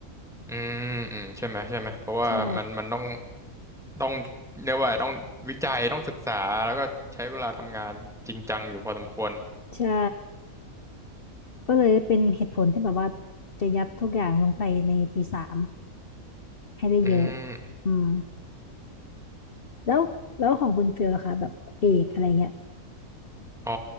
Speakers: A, in the centre; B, on the left (about 45°).
A: อืมอืมใช่ไหมใช่ไหมเพราะว่ามันมันต้อง
B: ใช่
A: ต้องเรียกว่าต้องวิจัยต้องศึกษาแล้วก็ใช้เวลาทำงานจริงจังอยู่พอสมควร
B: ใช่ ก็เลยเป็นเหตุผลที่แบบว่าจะยัดทุกอย่างลงไปในปีสามให้ได้เยอะ
A: อืม
B: อืมแล้วแล้วของคุณฟิลล่ะคะแบบเอกอะไรเงี้ย
A: อ๋อ